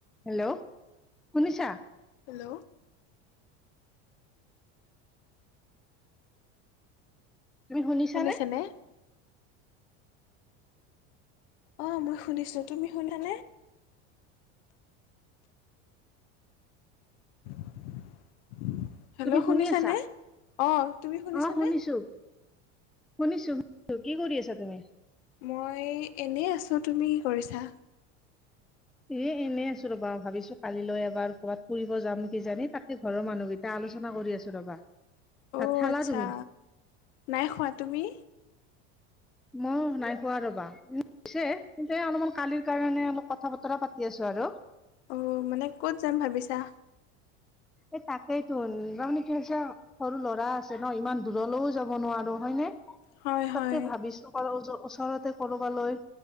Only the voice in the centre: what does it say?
Hello শুনিছা
তুমি শুনিছা
নে
তুমি শুনি
আছা
অ শুনিছো। শুনিছো শুনিছো কি কৰি আছা তুমি
এ এনেই আছো ৰবা, ভাবিছো কালিলৈ এবাৰ কবাত ফুৰিব যাম কিজানি তাকে ঘৰৰ মানুহকেইটা আলোচনা কৰি আছো ৰবা।
ভাত খালা
তুমি
মই নাই খোৱা ৰ'বা উম পিছে কিন্তু অলপমান কালিৰ কাৰণে অলপ কথা বতৰা পাতি আছো আৰু
এই তাকেইতোন <unintelligible> সৰু ল'ৰা আছে ন ইমান দূৰলৈও যাব নোৱাৰো হয়নে
তাকে
ভাবিছো কৰবালৈ ওচৰতে কৰবালৈ